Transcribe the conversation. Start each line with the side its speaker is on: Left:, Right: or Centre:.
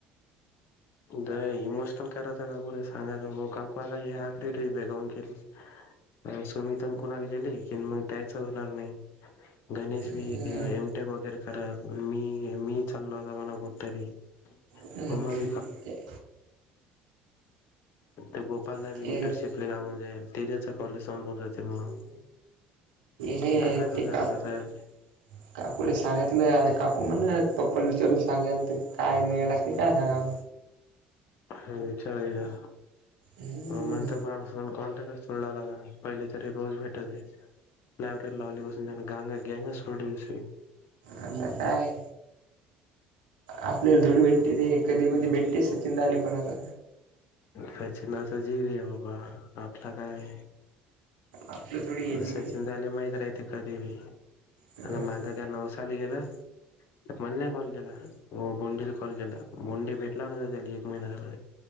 Left: द इमोशनल करायचा काकूला सांगा काकू आता हे आखरी टेक्स्ट आहे जाऊन केली सुमी तेन पूण्याला गेले की मग त्यायच होणार नाही गणेश बी
Right: हम्म
Left: एमटेक वगैरे रा मी मी चालोलो म्हणा कुठं तरी
Right: हम्म
Left: हो मग
Right: ते
Left: ते गोपालदावी
Right: ते
Left: इंटर्नशिप ला लागून जाईल ते त्याच कॉलेज संपून जाते म्हणून
Right: हे
Left: सांग
Right: ते
Left: जरा
Right: काकू
Left: तसं
Right: काकूला सांगितलं आणि काकू म्हण ना पप्पल विचारून सांगेल ते काय मेळ ला ते काय सांगा
Left: हम् विचारूया
Right: हम्म
Left: हो मण त मापासून कॉन्टॅक्ट तुलाला पहिली तरी रोज भेटत जाई लायब्ररी लावली पासून त्यांना <inaudible>
Right: आता काय आपल्याला थोडी भेटते ते कधी मधी भेटते सचिन द आले पण आता
Left: सचिनाचा जिगरी आहे बाबा आपला काय
Right: आपलं थोडी आहे जिगरी
Left: सचिन झाले माहिती राहते का कधी बि
Right: हम्म
Left: आणि मागं का नऊ साली गेलं तर म्हण नाही कॉल केला हो बोंडीला कॉल गेला बोंडी भेटला ना त्या एक महिना झाला